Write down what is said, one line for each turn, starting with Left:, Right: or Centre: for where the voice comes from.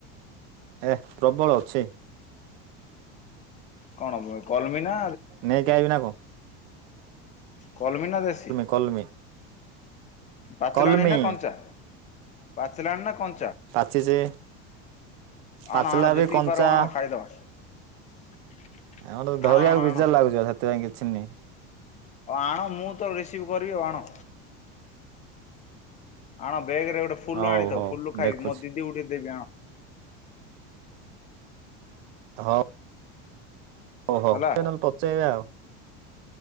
Right: ଏ ପ୍ରବଳ ଅଛି।
Left: କଣହବ କରମିନା
Right: ନେଇକି ଆଇବିନା କ
Left: କଲମି ନା ଦେଶୀ।
Right: କଲମି
Left: ପାଚିଲାଣି
Right: କଲମି
Left: ନା କଞ୍ଚା। ପାଚିଲାଣି ନା କ
Right: ପାଚିଚି ପାଚିଲା
Left: ଆଣ ଆଣ ଯେତିକି
Right: ବି କଞ୍ଚା।
Left: ପାରିବ ଆଣ ଖାଇଦବା <inaudible>
Right: ଆମର ତ ଧରିବାକୁ
Left: ଆଣ ଆଣ
Right: ବିଜାର
Left: ଆଣ।
Right: ଲାଗୁଛ ସେଥିପାଇଁ କି ଚିନି
Left: ଆଣ ମୁଁ ତ ରିସିଭ କରିବି ଆଉ ଆଣ। ଆଣ। ବେଗରେ ଗୋଟେ ଫୁଲ
Right: ହଉ
Left: ଆଣିଥିବୁ
Right: ହଉ
Left: ଫୁଲ ଖାଇବ
Right: ଦେଖୁଛି
Left: ମୋ ଦିଦି ଗୋଟେ ଦେବି ଆଣ।
Right: ହଁ ଓହୋ
Left: ହେଲା।
Right: ସେ ନହେଲେ ପଚେଇବା ଆଉ।